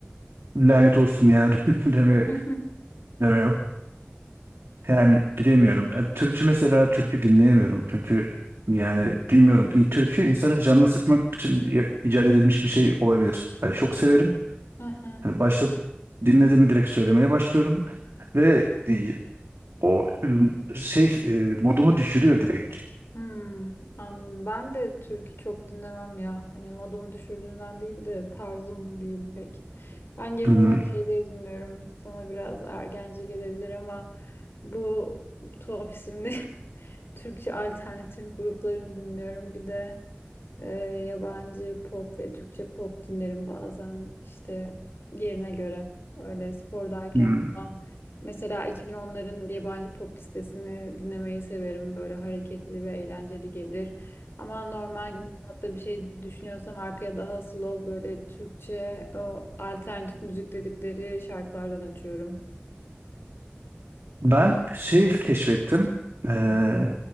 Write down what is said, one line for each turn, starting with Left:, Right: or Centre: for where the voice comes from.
Right: lanet olsun yani <laughs> deme
Left: <laughs>
Right: demiyor. Yani
Left: Evet.
Right: bilemiyorum. E, Türkçü mesela türkü dinleyemiyorum çünkü yani bilmiyorum. İ- Türkü insanı canına sıkmak için i- icat edilmiş bir şey olabilir. Yani çok severim.
Left: Aha.
Right: Hani başta dinledim mi direkt söylemeye başlıyorum ve e, o e, şey e, modumu düşürüyor direkt.
Left: Hmm. Am- Ben de türkü çok dinlemem ya. Hani modumu düşürdüğünden değil de tarzım değil pek. Ben genel
Right: Hmm,
Left: olarak şeyleri dinliyorum. Sana biraz ergence gelebilir ama bu tuhaf isimli <laughs> Türkçe alternatif gruplarını dinliyorum. Bir de Ee, yabancı pop ve Türkçe pop dinlerim bazen işte yerine göre öyle spordayken
Right: hmm,
Left: falan. Mesela 2010'ların yabancı pop listesini dinlemeyi severim. Böyle hareketli ve eğlenceli gelir. Ama normal günlük hayatta bir şey düşünüyorsam arkaya daha slow böyle Türkçe o alternatif müzik dedikleri şarkılardan açıyorum.
Right: Ben şey keşfettim. Eee,
Left: Hı